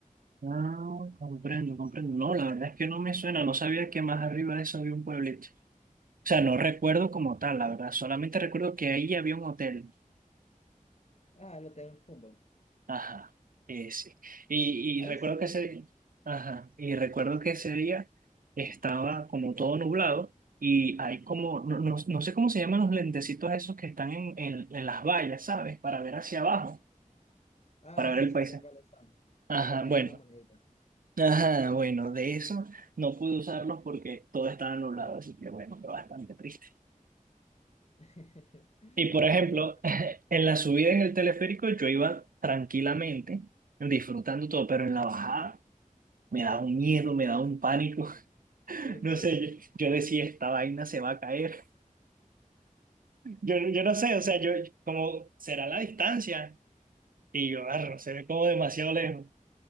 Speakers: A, on the right (about 80°); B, on the left (about 50°).
A: Ah, comprendo, comprendo. No, la verdad es que no me suena. No sabía que más arriba de eso había un pueblito. O sea, no recuerdo como tal, la verdad. Solamente recuerdo que ahí había un hotel.
B: Ah, el Hotel Humboldt.
A: Ajá, eh, sí. Y,
B: Ahí
A: y recuerdo
B: sí no
A: que
B: llegué.
A: ese, ajá, y recuerdo que ese día estaba como todo nublado y hay como, no, no, no sé cómo se llaman los lentecitos esos que están en, en, en las vallas, ¿sabes? Para ver hacia abajo,
B: Ah,
A: para ver
B: sí,
A: el
B: sí
A: paisaje.
B: sé cuáles son.
A: Ajá,
B: Que hay que poner
A: bueno.
B: una moneda.
A: Ajá, bueno, de eso no pude usarlos porque todo estaba nublado, así que bueno, fue bastante triste.
B: <laughs>
A: Y por ejemplo,
B: Sí,
A: <laughs> en la subida en el teleférico yo iba tranquilamente, disfrutando todo, pero en la bajada... me da un miedo, me da un pánico. <laughs>
B: ¿por
A: No
B: qué?
A: sé, yo, yo decía, esta vaina se va a caer. Yo, yo no sé, o sea, yo, como, será la distancia. Y yo, "Arro, se ve como demasiado lejos.